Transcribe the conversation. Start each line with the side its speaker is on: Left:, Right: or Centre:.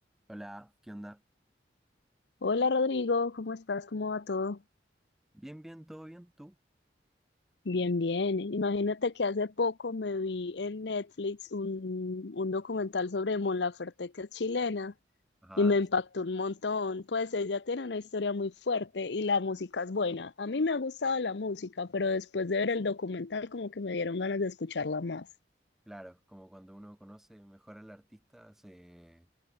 Centre: Hola, ¿qué onda?
Left: Hola Rodrigo, ¿cómo estás? ¿Cómo va todo?
Centre: Bien, bien, todo bien, ¿tú?
Left: Bien, bien. Imagínate que hace poco me vi en Netflix un, un documental sobre Mon Laferte, que es chilena,
Centre: Ajá,
Left: y me impactó un montón. Pues ella tiene una historia muy fuerte y la música es buena. A mí me ha gustado la música, pero después de ver el documental como que me dieron ganas de escucharla más.
Centre: Claro, como cuando uno conoce mejor al artista, se,